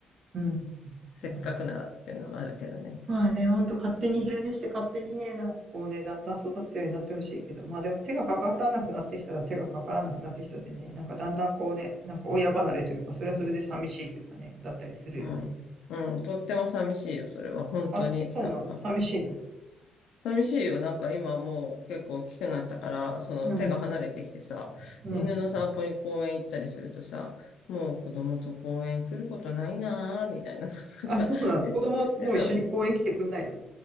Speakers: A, on the right; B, on the left.
A: うん。
B: せっかくならっていうのはあるけどね。
A: まあね、まあねほんと勝手に昼寝して勝手にね、なんかこうね、だんだん育つようになってほしいけど、まあでも手がかからなくなってきたら手がかからなくなってきたでね、なんかだんだんこうね、なんか親離れというか、それはそれで寂しいというかね、だったりするよね。
B: うん。うん。とっても寂しいよ、それは。本当に。
A: あ、そうなの寂しいの
B: なんか、寂しいよ。なんか今もう結構大きくなったから、その手が離れてきてさ、
A: うん、うん。
B: 犬の散歩に公園行ったりするとさ、もう子供と公園来ることないなー、みたいな。なんかさ、
A: あ、そうなの。
B: え、
A: 子供もう一緒に公園来てくんないの
B: そう